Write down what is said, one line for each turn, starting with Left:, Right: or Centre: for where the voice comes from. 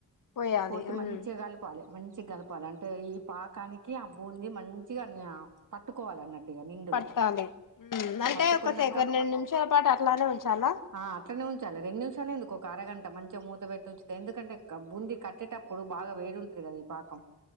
Left: పోయాలి
Right: పోసి
Left: ఉమ్
Right: మంచిగా కలపాలే. మంచ్ మంచిగలపాలి అంటే ఈ పాకానికి ఆ బూంది మంచిగా అన్ని పట్టుకోవాలి అన్నట్టు. నిండుగా
Left: పట్టాలి ఉమ్ అంటే
Right: పట్టుకున్నాంక
Left: ఒక సెకండ్ రెండు నిమిషాల పాటు అట్లానే ఉంచాలా
Right: ఆహ్ అట్లనే ఉంచాలి. రెండు నిమిషాలే ఎందుకు అరగంట మంచిగా మూత పెట్టి ఉంచితే ఎందుకంటే ఆ బుంది కట్టేటప్పుడు బాగా వేడి ఉంటది కదా. పాకం